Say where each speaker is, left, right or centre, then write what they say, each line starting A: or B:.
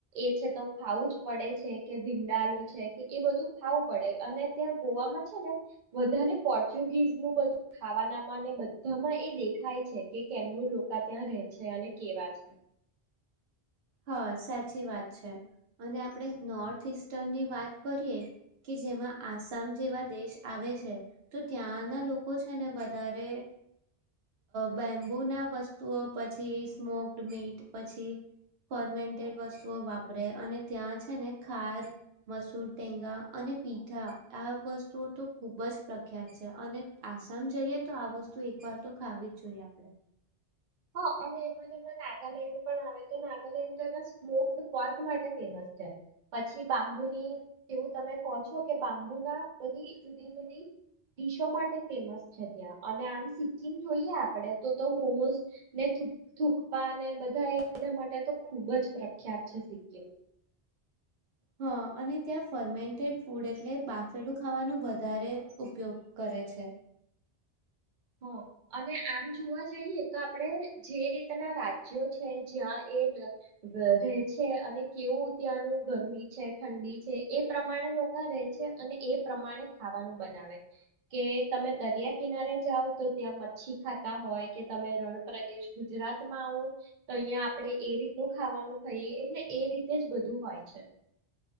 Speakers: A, on the right; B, on the right.
A: એ છે તો ખાવું જ પડે છે કે ભીંડાાલ છે કે એ બધું ખાવું પડે અને ત્યાં ગોવામાં છે ને વધારે પોર્ચુગીઝ નું બધું ખાવાનામાં બધામાં એ દેખાય છે કેમ. લોકોકા ત્યાં રે છે અને કેવા છે.
B: હા સાચી વાત છે અને આપણે નોર્થ ઇસ્ટર્નની વાત કરીએ કે જેમાં આસામ જેવા દેશ આવે છે તો ત્યાંના લોકો છે ને વધારે બેમ્બુ ના વસ્તુઓ પછી સ્મોક્ડ મીટ પછી. ફર્મેન્ટેડ વસ્તુઓ વાપરે અને ત્યાં છે ને ખાર મસૂર ટેંગા અને પીઠા આ વસ્તુઓ તો ખૂબ જ પ્રખ્યાત છે અને આસામ જઈએ તો આ વસ્તુ એક વાર તો ખાવી જ જોઈએ આપણે.
A: હા અને એમાં ને નાગાલેન્ડ પણ આવે તો નાગાલેન્ડ તો એના સ્મોક. પર્ક માટે ફેમસ છે. પછી બાંબુની જેવું તમે કહો છો કે બાંબુ ના બધી જુદી જુદી િશો માટે ફેમસ છે ત્યાં અને આમ સિક્કિમ જોઈએ આપ. પડે તો મોમોઝ. ને થૂકપા ને બધા એ બધા માટે તો ખૂબ જ પ્રખ્યાત છે સિક્િમ.
B: હા અને ત્યાં ફર્મેન્ટેડ ફૂડ એટલે બાફેલું ખાવાનું વધારે ઉપયોગ કરે છે.
A: હ અને આમ જોવા જઈએ તો આપણે જે રીતના રાજ્યો છે જ્યાં એ રહે છે અને કેવું ત્યાંનું ગરમી છે ઠંડી છે એ પ્રમાણે લોકો રહે છે અને એ પ્રમાણે ખાવાનું બનાવે કે તમે દરિયા કિનારે. જાઓ તો ત્યાં મચ્છી ખાતા હોય કે તમે રણ પ્રદેશ ગુજરાતમાં આવો તો અહિયાં આપણે એ રીતનું ખાવાનું ખાઈએ એટલે એ રીતે જ બધું હોય છે.